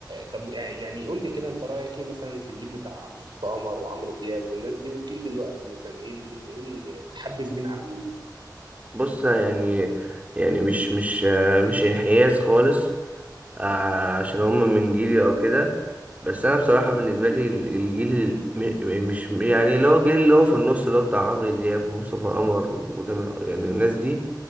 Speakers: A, on the right; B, on the right.
A: طب يعني قول لي كده انت رايك ايه مثلا في الجيل بتاع مصطفى قمر وعمرو دياب والناس دي والجيل دلوقتي مثلا ايه ال- ايه ال- إيه اللي بتحبذ مين على مين
B: بص يعني يعني مش مش آه، مش انحياز خالص ع- عشان هم من جيلي او كده بس انا بصراحه بالنسبه لي ال- الجيل ال- م- م- مش يعني اللي هو الجيل اللي هو في النص اللي هو بتاع عمرو دياب ومصطفى قمر وتامر ح- يعني الناس دي